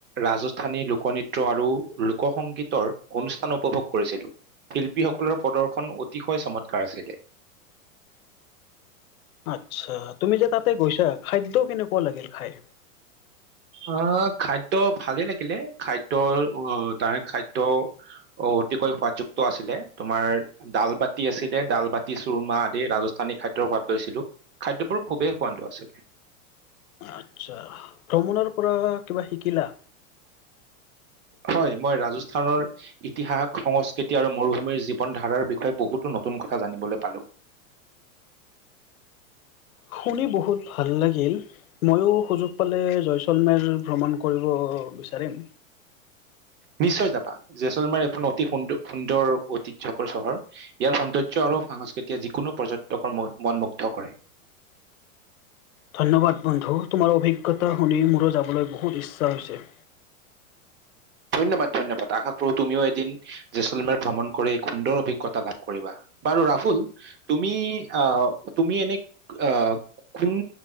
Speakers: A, on the right; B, on the left.
A: ৰাজস্থানী লোকনৃত্য আৰু লোকসংগীতৰ অনুষ্ঠান উপভোগ কৰিছিলোঁ। শিল্পীসকলৰ প্ৰদৰ্শন অতিশয়, চমৎকাৰ আছিলে।
B: আচ্ছা তুমি যে তাতে গৈছা, খাদ্য কেনেকুৱা লাগিল খাই?
A: অ, খাদ্য ভালে লাগিলে, খাদ্যৰ অ, তাৰে খাদ্য অ, অতিকৈ সোৱাদযুক্ত আছিলে, তোমাৰ ডালবাতি আছিলে, ডাল বাতি চুৰমা আদি ৰাজস্থানী খাদ্যৰ সোৱাদ লৈছিলো। খাদ্যবোৰ খুবেই সোৱাদো আছিলে।
B: আচ্ছা, ভ্ৰমণৰ পৰা কিবা শিকিলা?
A: হয়, মই ৰাজস্থানৰ ইতিহাস, সংস্কৃতি আৰু মৰুভূমিৰ জীৱন ধাৰণৰ বিষয়ে বহুতো নতুন কথা জানিবলৈ পালোঁ।
B: শুনি বহুত ভাল লাগিল। মইও সুযোগ পালে জয়ছলমেৰ ভ্ৰমণ কৰিব বিচাৰিম।
A: নিশ্চয় যাবা, জেচলমেৰ এখন অতি সুন্দ-সুন্দৰ ঐতিহ্যকৰ চহৰ। ইয়াৰ সৌন্দৰ্য আৰু সংস্কৃতিয়ে যিকোনো পৰ্যটকৰ মন-মন মুগ্ধ কৰে।
B: ধন্যবাদ বন্ধু, তোমাৰ অভিজ্ঞতা শুনি মোৰো যাবলৈ বহুত ইচ্ছা হৈছে।
A: ধন্যবাদ ধন্যবাদ, আশা কৰোঁ তুমিও এদিন জেচলমেৰ ভ্ৰমণ কৰি এক সুন্দৰ অভিজ্ঞতা লাভ কৰিবা, বাৰু ৰাহুল তুমি অ' তুমি এনেই আ' কোন